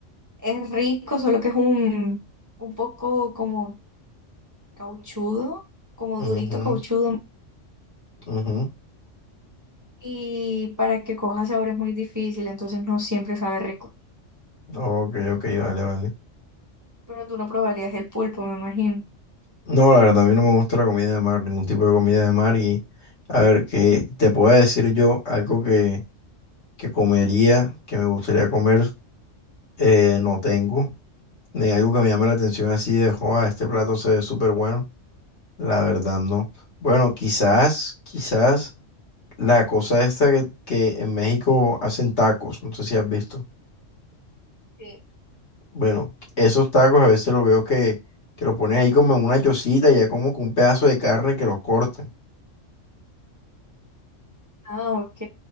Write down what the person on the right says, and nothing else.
Es rico, solo que es un, un poco como cauchudo, como
durito cauchudo,
y para que coja sabor es muy difícil, entonces no siempre sabe rico.
Pero tú no probarías el pulpo, me imagino.
Sí.
Ah, ok.